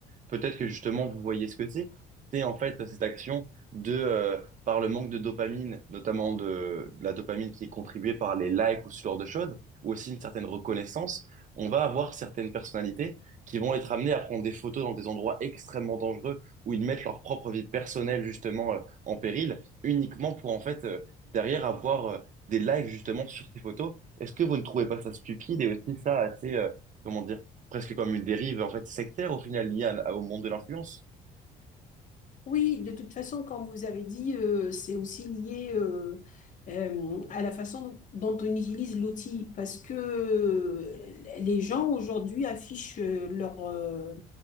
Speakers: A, on the right; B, on the left.
A: Peut-être que justement vous voyez ce que c'est. C'est en fait cette action de euh, par le manque de dopamine, notamment de, de la dopamine qui est contribuée par les likes ou ce genre de choses, ou aussi une certaine reconnaissance, on va avoir certaines personnalités qui vont être amenées à prendre des photos dans des endroits extrêmement dangereux où ils mettent leur propre vie personnelle justement euh, en péril, uniquement pour en fait euh, derrière avoir euh, des likes justement sur ces photos. Est-ce que vous ne trouvez pas ça stupide et aussi ça assez, euh, comment dire, presque comme une dérive en fait sectaire au final liée à- au monde de l'influence?
B: Oui, de toute façon, comme vous avez dit, euh, c'est aussi lié euh, euh, à la façon dont on utilise l'outil, parce que euh, les gens aujourd'hui affichent euh, leur, euh,